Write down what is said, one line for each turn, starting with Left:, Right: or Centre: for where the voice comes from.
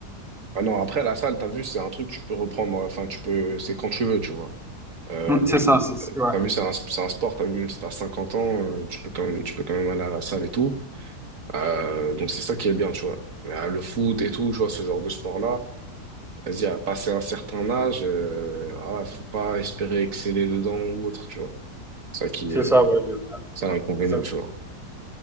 Right: Ah non, après, la salle, t'as vu, c'est un truc que tu peux reprendre, enfin, tu peux, c'est quand tu veux, tu vois. Euh,
Centre: Mm,
Right: le,
Centre: C'est ça,
Right: le-
Centre: c'est c'est- ouais.
Right: t'as vu, c'est un, c'est un sport, t'as vu, même si t'as 50 ans, euh, tu peux quand même, tu peux quand même aller à la salle et tout. Euh, donc, c'est ça qui est bien, tu vois. Euh, le foot et tout, tu vois, ce genre de sport-là. Vas-y, à passer un certain âge, euh, voilà, faut pas espérer exceller dedans ou autre, tu vois. C'est Ça qui
Centre: C'est
Right: est,
Centre: ça, ouais, le-
Right: ça l'inconvénient,
Centre: exact.
Right: tu vois.